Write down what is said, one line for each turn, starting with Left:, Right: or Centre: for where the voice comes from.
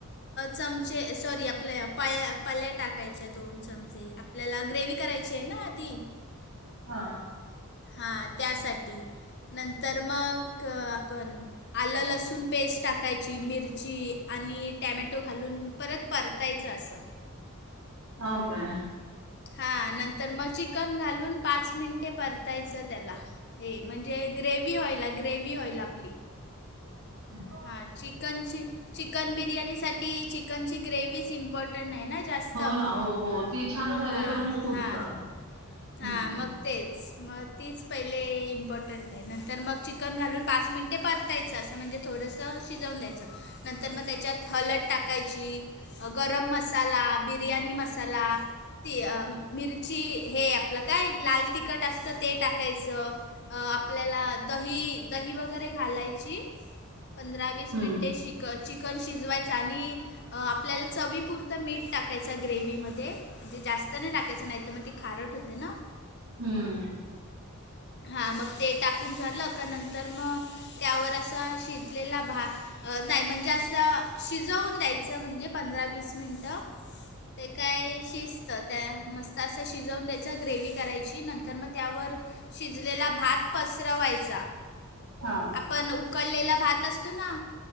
Left: चमचे सॉरी आपल्या पाया पल्या टाकायच्या दोन चमचे आपल्याला ग्रेव करायची आहे ना आधी
Right: हा
Left: हा त्यासाठी नंतर मग आपण आलंल असून पेस्ट टाकायची मिरची आणि टॅमॅटो घालून परत परतायचं अस त
Right: हो काय
Left: हा नंतर मग चिकन घालून पाच मिनिटे परतायचं त्याला हे म्हणजे ग्रेव होऑईल ग्रेव ऑईल आपली
Right: हम
Left: हां चिकनची चिकन बिर्याणीसाठी चिकनची ग्रेवज इम्पॉर्टंट नाही ना जास्त
Right: हो ना हो हो ती छान झाली
Left: हां
Right: तर मग पुढचं्
Left: हां हां मग तेच मत तीच पहिले इम्पॉर्टंट आहे नंतर मग चिकन घालून पाच मिनिटे परतायचं असं म्हणजे थोडंस शिजवून द्यायचं. नंतर मग त्याच्यात हलद टाकायची गरम मसाला बिरणी मसाला चलाती अ मिर ची हे आपलं काय लाल तिखट असतं ते टाकायचं. अ आपल्याला दही, दही, वगैरे घालायची. पंधरा वीस
Right: हम्म
Left: मिनिंटे शि क चिकन शिजवायचा आणि अ आपल्याला चवीपुरतं मीठ टाकायच ग्रेव्हीमध्ये. दे म्हणजे जास्त नाही. टाकायचं नाही तर मग ती खारट होते ना,
Right: हम्म.
Left: हा मग ते टाकून झालं. का नंतर म त्यावर असा शिजलेला भा अ नाही म्हणजे असं शिजवून द्यायचं म्हणजे पंधरा वीस मिनटं. ते काय शिजतं त्या मस्त असं शिजवून द्याय ग्रेव्ही करायची नंतर तर म त्यावर शिजलेला भात पसरवायचा.
Right: हा
Left: आपण उकडलेला भात असतो ना,